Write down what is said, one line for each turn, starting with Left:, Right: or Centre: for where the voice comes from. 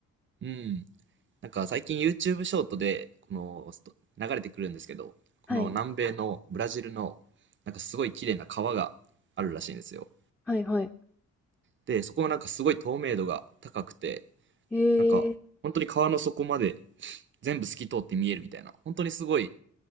Right: うん。なんか最近 YouTube ショートで、この、スト流れてくるんですけど、この南米のブラジルの、
Centre: はい、
Right: なんかすごい綺麗な川があるらしいんですよ。
Centre: はい、はい。
Right: で、そこはなんかすごい透明度が高くて、
Centre: え
Right: なんか、
Centre: え、
Right: 本当に川の底まで全部透き通って見えるみたいな、本当にすごい、